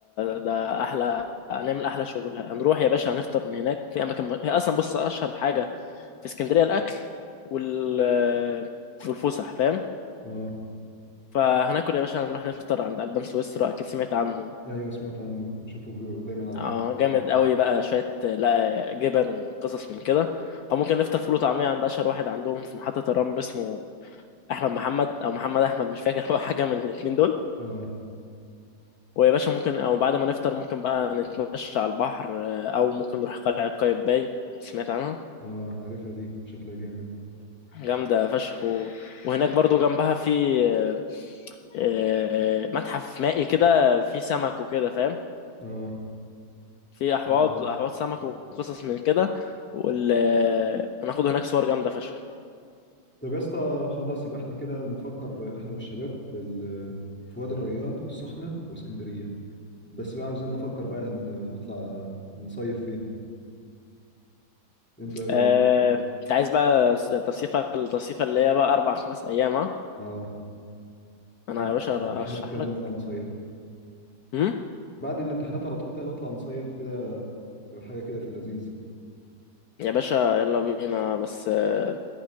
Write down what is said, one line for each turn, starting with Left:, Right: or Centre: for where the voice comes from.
Left: ده احلى هنعمل احلى شغل هنروح يا باشا هنفطر من هناك في اماكن م... هي اصلا بص اشهر حاجه في اسكندريه الاكل وال والفسح فاهم
Centre: اه
Left: فهناكل يا باشا هنروح نفطر عند البان سويسرا اكيد سمعت عنه
Centre: ايوه سمعت عنه بشوفه في- دايما على التلفزيون.
Left: اه جامد قوي بقى شويه آه، لا جبن وقصص من كده او ممكن نفطر فول وطعميه عند اشهر واحد عندهم في محطه الرمل اسمه احمد محمد او محمد احمد مش فاكر <laughs> هو حاجه من الاثنين دول
Centre: اه
Left: ويا باشا ممكن او بعد ما نفطر ممكن بقى نتمشى على البحر آه، او ممكن نروح قلعه قايتباي سمعت عنها
Centre: اه عارفها دي شكلها جامد
Left: جامده فشخ و... وهناك برضو جنبها في آه، آه، متحف مائي كده فيه سمك وكده فاهم
Centre: اه
Left: في احواض
Centre: عارف.
Left: احواض سمك وقصص من كده وال آه، هناخد هناك صور جامده فشخ
Centre: طب يا اسطى خلاص يبقى احنا كده نفكر احنا والشباب في ال- في وادي الريان والسخنة واسكندرية بس بقى عاوزين نفكر بقى هن- نطلع نصيف فين انت ايه رأيك
Left: آه، انت عايز بقى التصيفة التصيفة اللي هي بقى أربع خمس أيام ها
Centre: اه
Left: أنا
Centre: يعني
Left: يا باشا
Centre: بعد الامتحانات
Left: أشرح
Centre: كده
Left: لك
Centre: نطلع نصيف
Left: هم؟
Centre: بعد الامتحانات على طول كده نطلع نصيف كده تبقى حاجة كده في اللذيذ
Left: يا باشا يلا بينا بس آه،